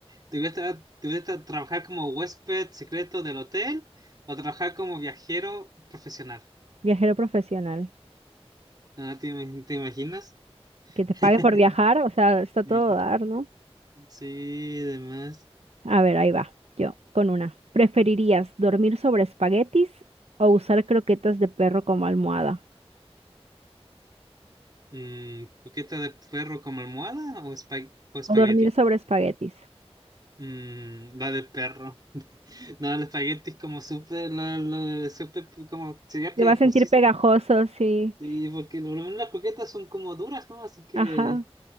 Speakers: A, on the right; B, on the right.
A: ¿te gusta, te gusta trabajar como huésped secreto del hotel o trabajar como viajero profesional?
B: viajero profesional.
A: Ah, ¿te, im- te imaginas?
B: Que te
A: <laughs>
B: pague por viajar, o sea, está
A: Sí,
B: todo a dar, ¿no?
A: sí, además.
B: A ver, ahí va, yo, con una. ¿Preferirías dormir sobre espaguetis o usar croquetas de perro como almohada?
A: Mm, ¿coqueta de perro como almohada o, espa- o espagueti?
B: O dormir sobre espaguetis.
A: Mm, la de perro. <laughs> No, el espagueti es como súper, la- la- súper, como sería
B: Te
A: pegajoso
B: va a sentir pegajoso, sí.
A: Sí, porque por lo menos las croquetas son como duras, ¿no? Así que
B: Ajá.